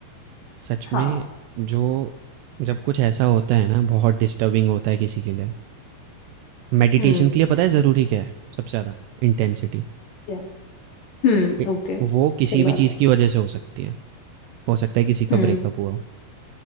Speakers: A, on the right; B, on the left.
A: सच
B: हाँ
A: में जो जब कुछ ऐसा होता है ना बहुत डिस्टर्बिंग होता है किसी के लिए, मेडिटेशन
B: हम्म
A: के लिए पता है ज़रूरी क्या है सबसे ज़्यादा? इंटेंसिटी।
B: yeah, हम्म
A: ए
B: okay
A: वो किसी
B: सही बात
A: भी चीज़
B: है
A: की वजह से हो सकती है। हो सकता है किसी का
B: हम्म
A: ब्रेकअप हुआ हो,